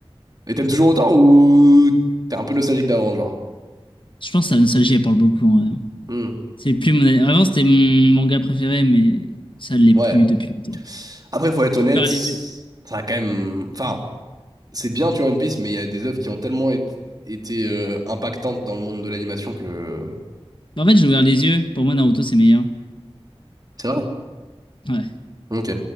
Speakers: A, on the right; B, on the left.
A: Et t'aimes toujours autant ou t'es un peu nostalgique d'avant, genre?
B: Je pense que la nostalgie, elle parle beaucoup. ouais.
A: Hmm.
B: C'est plus mon... Avant, c'était mon manga préféré, mais ça l'est
A: Ouais.
B: plus depuis longtemps.
A: Après, faut être
B: J'ai
A: honnête,
B: ouvert
A: ça
B: les yeux.
A: a quand même. Enfin. C'est bien, tu vois, One Piece, mais il y a des œuvres qui ont tellement été, été, euh, impactantes dans le monde de l'animation que...
B: En fait, j'ai ouvert les yeux. Pour moi, Naruto, c'est meilleur.
A: C'est vrai?
B: Ouais.
A: Ok.